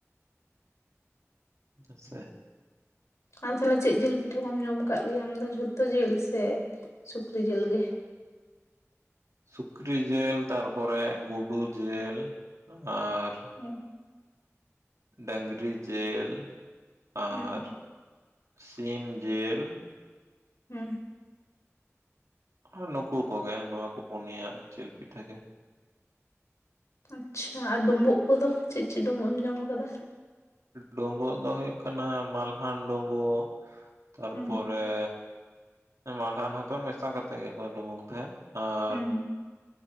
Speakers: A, on the right; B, on the left.
A: ᱟᱥᱮᱼᱼ
B: ᱟᱨ ᱛᱟᱦᱚᱞᱮ ᱪᱮᱫ ᱡᱤᱞ ᱯᱤᱴᱷᱟᱹ ᱠᱚᱢ ᱡᱚᱢ ᱟᱠᱟᱫ ᱜᱮᱭᱟ ᱟᱢ ᱫᱚ ᱡᱷᱚᱛᱚ ᱡᱤᱞ ᱥᱮ ᱥᱩᱠᱨᱤ ᱡᱤᱞ ᱜᱮ
A: ᱥᱩᱠᱨᱤ ᱡᱤᱞ ᱛᱟᱨᱯᱚᱨᱮ ᱜᱩᱰᱩ ᱡᱤᱞ ᱟᱨᱼᱼ
B: ᱦᱩᱸ
A: ᱰᱟᱝᱨᱤ ᱡᱮᱞ ᱟᱨ
B: ᱦᱩᱸ
A: ᱥᱤᱢ ᱡᱮᱞ ᱾
B: ᱦᱩᱸ
A: ᱟᱨ ᱱᱩᱠᱩ ᱠᱚ ᱜᱮ, ᱱᱚᱣᱟ ᱠᱚ ᱯᱩᱱᱭᱟᱹ ᱡᱤᱞ ᱯᱤᱴᱷᱟᱹ ᱜᱮ ᱾
B: ᱟᱪᱪᱷᱟ ᱾ ᱟᱨ ᱰᱩᱢᱵᱩᱜ ᱠᱚᱫᱚ ᱪᱮᱫ ᱪᱮᱫ ᱰᱩᱸᱵᱩᱜ ᱮᱢ ᱡᱚᱢ ᱟᱠᱟᱫᱟ?
A: ᱰᱩᱸᱵᱩᱜ ᱫᱚ ᱦᱩᱭᱩᱜ ᱠᱟᱱᱟ ᱢᱟᱞᱦᱟᱱ ᱰᱩᱸᱵᱩᱜ ᱛᱟᱨᱯᱚᱨᱼᱼ
B: ᱦᱩᱸ
A: ᱯᱚᱨᱮ ᱢᱟᱞᱦᱟᱱ ᱦᱚᱛᱚᱫ ᱢᱮᱥᱟ ᱠᱟᱛᱮᱜ ᱜᱮ ᱠᱚ ᱰᱩᱸᱵᱩᱠ ᱛᱟᱦᱮᱸᱜ᱾ ᱟᱨ
B: ᱦᱩᱸ